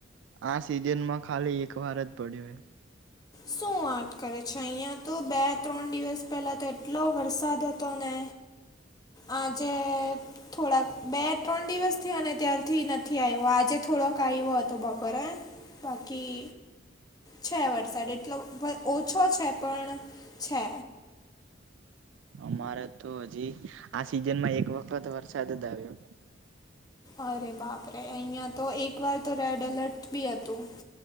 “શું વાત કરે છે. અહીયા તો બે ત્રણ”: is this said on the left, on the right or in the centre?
Left